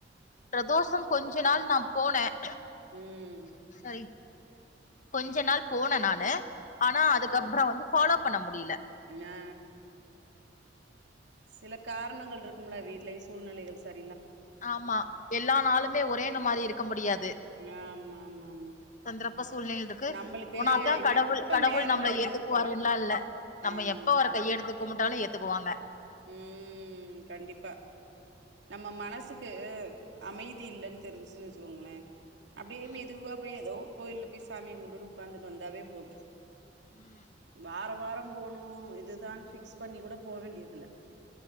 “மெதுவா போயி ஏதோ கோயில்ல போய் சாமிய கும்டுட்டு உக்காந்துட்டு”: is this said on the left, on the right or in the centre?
Right